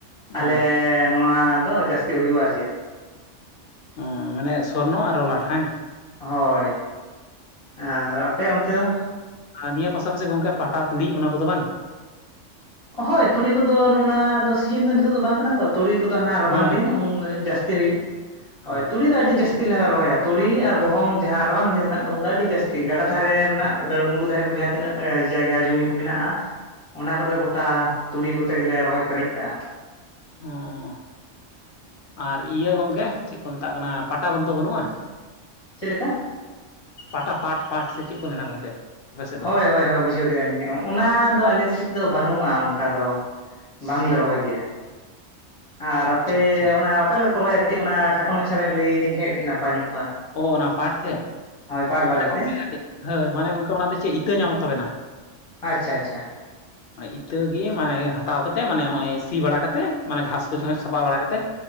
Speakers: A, on the left; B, on the left.
A: ᱟᱞᱮ
B: ᱚ
A: ᱱᱚᱣᱟ ᱫᱚ ᱡᱟᱹᱥᱛᱤ ᱦᱩᱭᱩᱜᱼᱟ ᱟᱨ ᱪᱮ
B: ᱦᱩᱸ ᱢᱟᱱᱮ ᱥᱚᱱᱱᱚ ᱟᱨ ᱞᱚᱞᱟᱴ ᱦᱟᱸᱡᱽ
A: ᱦᱳᱭ ᱟᱨ ᱟᱯᱮ ᱚᱱᱛᱮ ᱫᱚ?
B: ᱟᱨ ᱱᱤᱭᱟᱹ ᱯᱟᱥᱟᱯᱟᱥᱤ ᱜᱚᱝᱠᱮ ᱯᱟᱴᱟ ᱛᱩᱲᱤ ᱚᱱᱟ ᱠᱚᱫᱚ ᱵᱟᱝ?
A: ᱦᱳᱭ ᱛᱩᱲᱤ ᱠᱚᱫᱚ ᱱᱚᱱᱟ ᱫᱚ ᱥᱤᱡᱤᱱ ᱫᱚ ᱱᱤᱛᱚᱜ ᱫᱚ ᱵᱟᱝ ᱠᱟᱱᱟ ᱛᱚ ᱛᱩᱲᱤ ᱠᱚᱫᱚ ᱦᱟᱱᱟ ᱨᱟᱵᱟᱝ
B: ᱦᱮᱸ
A: ᱫᱤᱱ ᱩᱱ ᱡᱟᱹᱥᱛᱤ ᱦᱩᱭᱩᱜ ᱦᱳᱭ
B: ᱦᱮᱸ
A: ᱛᱩᱲᱤ ᱫᱚ ᱟᱹᱰᱤ ᱡᱟᱹᱥᱛᱤ ᱞᱮ ᱨᱚᱦᱚᱭᱟ ᱛᱩᱲᱤ ᱟᱨ ᱜᱚᱦᱚᱢ ᱡᱟᱦᱟᱸ ᱨᱟᱵᱟᱝ ᱫᱤᱱ ᱨᱮᱱᱟᱜ ᱫᱚ ᱟᱹᱰᱤ ᱡᱟᱹᱥᱛᱤ ᱜᱟᱰᱟ ᱫᱷᱟᱨᱮ ᱨᱮᱱᱟᱜ ᱢᱩᱸᱰᱩ ᱫᱷᱟᱨᱮ ᱠᱚᱨᱮ ᱡᱟᱦᱟᱸ ᱛᱤᱱᱟᱹᱜ ᱡᱟᱭᱜᱟ ᱡᱚᱢᱤ ᱠᱚ ᱢᱮᱱᱟᱜᱼᱟ ᱚᱱᱟ ᱠᱚᱨᱮ ᱜᱚᱴᱟ ᱛᱩᱲᱤ ᱠᱚᱛᱮ ᱜᱮᱞᱮ ᱨᱚᱦᱚᱭ ᱯᱮᱨᱮᱡ ᱠᱟᱜᱼᱟ
B: ᱚᱸᱻ ᱟᱨ ᱤᱭᱟᱹ ᱜᱚᱝᱠᱮ ᱪᱮᱫ ᱠᱚ ᱢᱮᱛᱟᱜ ᱠᱟᱱᱟ ᱯᱟᱴᱟ ᱠᱚᱫᱫᱚ ᱵᱟᱹᱱᱩᱜᱼᱟ
A: ᱪᱮᱫ ᱞᱮᱠᱟ?
B: ᱯᱟᱴᱟ ᱯᱟᱴ ᱯᱟᱴ ᱥᱮ ᱪᱮᱫ ᱠᱚ ᱢᱮᱱᱟ ᱜᱚᱝᱠᱮ? ᱟᱯᱮ ᱥᱮᱫ ᱫᱚ
A: ᱦᱳᱭ ᱦᱳᱭ ᱦᱳᱭ ᱵᱩᱡᱷᱟᱹᱣ ᱠᱮᱫᱟᱞᱤᱧ ᱚᱱᱟ ᱫᱚ ᱟᱞᱮ ᱥᱮᱫ ᱫᱚ ᱵᱟᱹᱱᱩᱜᱼᱟ ᱚᱱᱠᱟ ᱫᱚ ᱵᱟᱝᱞᱮ
B: ᱚ
A: ᱨᱚᱦᱚᱭ ᱜᱮᱭᱟ ᱟᱨ
B: ᱟᱪᱪᱷᱟ
A: ᱟᱯᱮ
B: ᱟᱪᱪᱷᱟ
A: ᱚᱱᱟ ᱚᱠᱟᱞᱮᱼ ᱠᱚ ᱨᱚᱦᱚᱭᱟ ᱠᱟᱹᱴᱤᱡ ᱚᱱᱟ ᱠᱷᱟᱴᱚ ᱢᱟᱪᱷᱟ ᱵᱮᱱ ᱞᱟᱹᱭ ᱟᱹᱞᱤᱧ ᱠᱷᱟᱱ ᱠᱟᱹᱴᱤᱡ ᱟᱹᱰᱤ ᱱᱟᱯᱟᱭ ᱧᱚᱜ ᱠᱚᱜᱼᱟ
B: ᱚ ᱚᱱᱟ ᱯᱟᱴ ᱛᱮᱫ
A: ᱯᱟᱴ ᱵᱟᱨᱮᱛᱮ
B: ᱦᱳᱭ ᱜᱚᱝᱠᱮ ᱠᱟᱹᱴᱤᱜ ᱦᱳᱭ ᱜᱚᱝᱠᱮ ᱚᱱᱟ ᱫᱚ ᱪᱮᱫ ᱤᱛᱟᱹ ᱧᱟᱢᱚᱜ ᱛᱟᱵᱮᱱᱟ?
A: ᱟᱪᱪᱷᱟ ᱟᱪᱪᱷᱟ
B: ᱤᱛᱟᱹ ᱜᱮ ᱢᱟᱱᱮ ᱦᱟᱛᱟᱣ ᱠᱟᱛᱮᱜ ᱢᱟᱱᱮ ᱱᱚᱜᱼᱚᱭ ᱥᱤ ᱵᱟᱲᱟ ᱠᱟᱛᱮᱜ ᱢᱟᱱᱮ ᱜᱷᱟᱥ ᱠᱚ ᱡᱳᱢᱮᱥ ᱥᱟᱯᱷᱟ ᱵᱟᱲᱟ ᱠᱟᱛᱮ